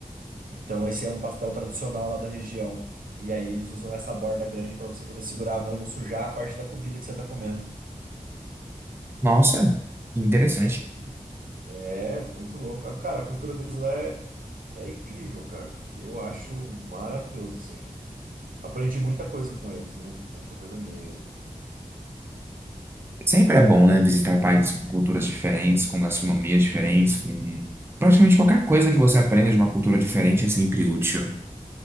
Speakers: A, on the right; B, on the right.
A: Então esse é um pastel tradicional lá da região. E aí eles usam essa borda grande para você poder segurar a mão e não sujar a parte da comida que você tá comendo.
B: Nossa, que interessante.
A: Doido. É muito louco. Ah, Cara, a cultura deles lá é, é incrível, cara. Eu acho maravilhoso, assim. Aprendi muita coisa com eles, viu? Muita coisa mesmo.
B: Sempre é bom, né, visitar países com culturas diferentes, com gastronomias diferentes, com praticamente qualquer coisa que você aprenda de uma cultura diferente é sempre útil.